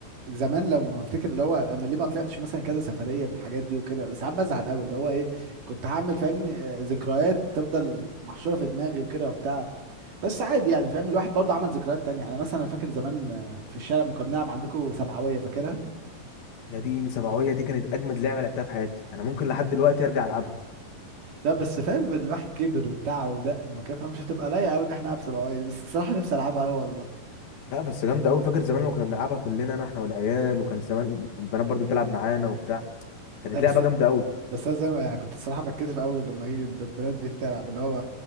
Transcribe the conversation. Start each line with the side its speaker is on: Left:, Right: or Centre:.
Right: زمان لما افتكر اللي هو انا ليه ما طلعتش مثلا كذا سفرية بالحاجات دي وكده بس ساعات بزعل قوي اللي هو ايه كنت هعمل فاهمني آه، ذكريات تفضل محشورة في دماغي وكده وبتاع بس عادي يعني فاهم الواحد برضه عمل ذكريات تانية يعني مثلا انا فاكر زمان آه، في الشارع لما كنا بنلعب عندكم سبعوية فاكرها
Left: ناديني سبعوية دي كانت اجمد لعبه لعبتها في حياتي انا ممكن لحد دلوقتي ارجع العبها
Right: لا بس فاهم الواحد كبر وبتاع ودقن وكده فمش هتبقى لايقة قوي ان احنا نلعب سبعوية دي بس الصراحة نفسي العبها قوي والله
Left: لا بس جامده قوي فاكر زمان لما كنا بنلعبها كلنا انا احنا والعيال وكان زمان البنات برضو بتلعب معانا وبتاع كانت
Right: لا بس
Left: لعبه
Right: أنا-
Left: جامده قوي
Right: بس انا زي ما يعني كنت الصراحة بتكسف قوي لما يجي ب- بنات بتيجي تلعب اللي هو